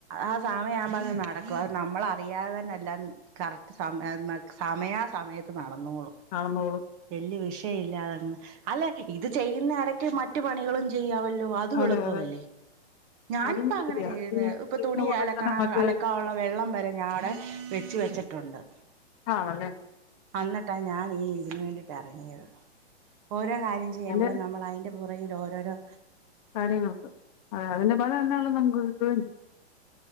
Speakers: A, on the right; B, on the left.
A: ആ സമയാവുമ്പോ അങ്ങുനടക്കും അത് നമ്മളറിയാതെ തന്നെല്ലാം കറക്റ്റ് സമയെന്ന് സമയാ സമയത്ത് നടന്നോളും.
B: നടന്നോളും.
A: വല്ല്യ വിഷയില്ലാതങ്ങ് അല്ല ഇത് ചെയ്യുന്നെടക്ക് മറ്റു പണികളും ചെയ്യാവല് ല്ലോ അതും
B: അതെ
A: എളുപ്പവല്ലേ
B: അതെ
A: ഞാനിപ്പങ്ങനെ
B: അതും ശരിയാ
A: ചെയ്യുന്നെ
B: ഈ
A: ഇപ്പൊ
B: ചെയ്യുന്ന
A: തുണിയലക്കണ
B: കൂട്ടത്തിൽ തന്നെ മറ്റു
A: അലക്കാനുള്ള
B: കാര്യം
A: വെള്ളംവരെ ഞാഅവ്ടെ വെച്ച് വെച്ചിട്ടുണ്ട്.
B: ആണല്ലേ?
A: അന്നിട്ടാ ഞാനീ ഇതിന് വേണ്ടീട്ടറങ്ങിയത് ഓരോ കാര്യം ചെയ്യുമ്പളും
B: അതിന്റെ
A: നമ്മൾ അയിന്റെ പുറകിലോരോരോ
B: കാര്യങ്ങളുണ്ട് അതെ അതിന്റെ പല എന്താലും നമുക്ക് കിട്ടുകേം ചെയ്യും.